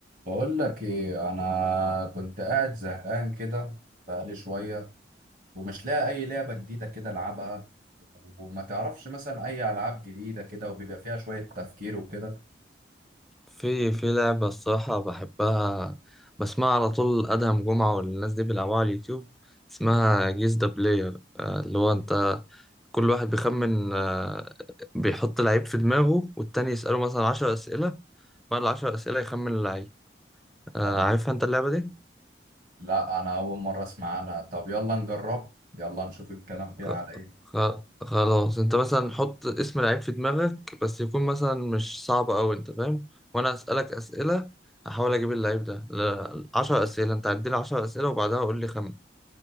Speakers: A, on the right (about 50°); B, in the centre.
A: بقول لك ايه انا كنت قاعد زهقان كده بقالي شويه ومش لاقي اي لعبه جديده كده العبها وما تعرفش مثلا اي العاب جديده كده وبيبقى فيها شويه تفكير وكده
B: في في لعبة الصراحة بحبها بسمعها على طول أدهم جمعة والناس دي بيلعبوها على اليوتيوب اسمها جيز ذا بلاير آه، اللي هو أنت كل واحد بيخمن آه، بيحط لعيب في دماغه والتاني يسأله مثلا عشر أسئلة بعد العشر أسئلة يخمن اللعيب آه،
A: اه
B: عارفها أنت اللعبة دي؟
A: لا انا اول مره اسمع عنها طب يلا نجرب يلا نشوف الكلام فيها
B: خ...
A: على ايه
B: خ... خلاص انت مثلا حط اسم لعيب في دماغك بس يكون مثلا مش صعب قوي انت فاهم وانا اسالك اسئله احاول اجيب اللعيب ده ل... 10 اسئله انت عدي لي 10 اسئله وبعدها قول لي خمن